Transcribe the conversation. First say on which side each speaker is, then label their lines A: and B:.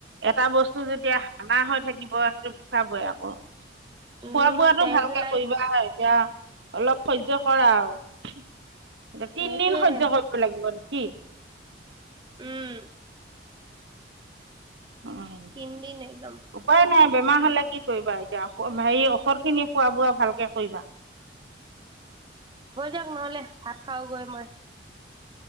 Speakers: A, on the right; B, on the right.
A: এটা বস্তু যেতিয়া হানা হৈ থাকিব সেইটো বিষাবই আকৌ। খোৱা
B: উম
A: বোৱাটো
B: তেজ
A: ভালকে
B: ওলাই
A: কৰিবা হয়, এতিয়া অলপ সহ্য কৰা আৰু।
B: সেইটোয়ে
A: তিনদিন সহ্য কৰিব লাগিব নেকি?
B: উম।
A: অ',
B: তিনদিন একদম
A: উপায় নাই বেমাৰ হ'লে কি কৰিবা? এতিয়া হেৰি ঔষধ খিনি খোৱা বোৱা ভালকে কৰিবা।
B: হৈ যাওক নহ'লে ভাত খাও গৈ মই।